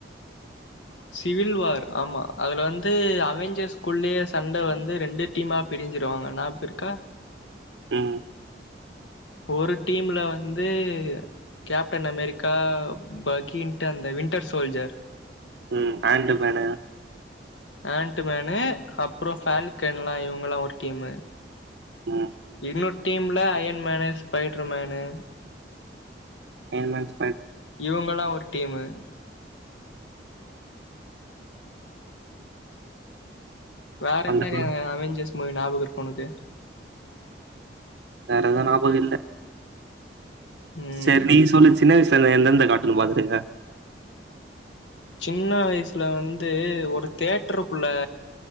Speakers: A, on the left (about 85°); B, on the right (about 65°).
A: சிவில் வார் ஆமா அதுல வந்து அவஞ்சர்ஸ்குள்ளேயே சண்டை வந்து ரெண்டு டீமா பிரிஞ்சிருவாங்க ஞாபக இருக்கா
B: உம்
A: ஒரு டீம்ல வந்து கேப்டன் அமெரிக்கா பகின்ட்டு அந்த வின்டர் சோல்ஜர்
B: உம் ஆன்டம் வேண
A: ஆன்ட்டுமேனு அப்ரோ ஃப்பால்கேல்கன்ல்லாம் இவங்கல்லாம் ஒரு டீம்மு
B: ம்
A: இன்னொரு டீம்ல அயன் மேனு ஸ்பைடர் மேனு
B: ஏன் என்னாச்சி
A: இவங்கல்லா ஒரு டீமு வேற
B: அந்த
A: என்ன
B: படம்
A: க அவெஞ்சர்ஸ் மூவி ஞாபக இருக்கு உனக்கு
B: வேறதும் நாபக இல்ல
A: ம்
B: சரி நீ சொல்லு சின்ன வய்சுல எந்தந்த காட் பாத்ருக்க
A: சின்ன வயசுல வந்து ஒரு தேட்டருக்குள்ள